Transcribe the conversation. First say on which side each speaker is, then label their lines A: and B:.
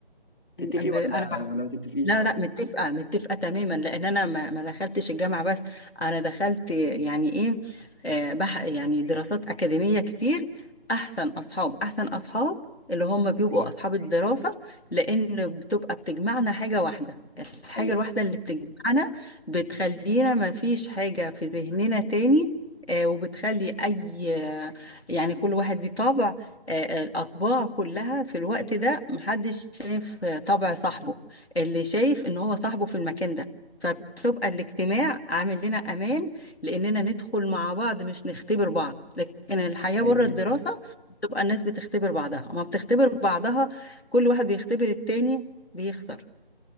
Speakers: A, on the left; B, on the left.
A: تتفقي
B: ب-
A: ولا
B: انا
A: ولا ما تتفقيش
B: لا لا متفقة متفقة تماما لأن أنا ما ما دخلتش الجامعة بس أنا دخلت يعني إيه آه، بح يعني دراسات أكاديمية كتير أحسن أصحاب أحسن أصحاب اللي هم بيبقوا أصحاب الدراسة لأن بتبقى بتجمعنا حاجة واحدة الحاجة
A: ايوه
B: الواحدة اللي بتجمعنا بتخلينا ما فيش حاجة في ذهننا تاني آه، وبتخلي أي آه، يعني كل واحد ليه طبع آه، الأطباع كلها في الوقت ده محدش شايف آه، طبع صاحبه اللي شايف ان هو صاحبه في المكان ده فبتبقى الاجتماع عامل لنا امان لاننا ندخل مع بعض مش نختبر بعض لكن الحياة
A: كويس
B: بره
A: جدا
B: الدراسة بتبقى الناس بتختبر بعضها ما بتختبر بعضها كل واحد بيختبر التاني بيخسر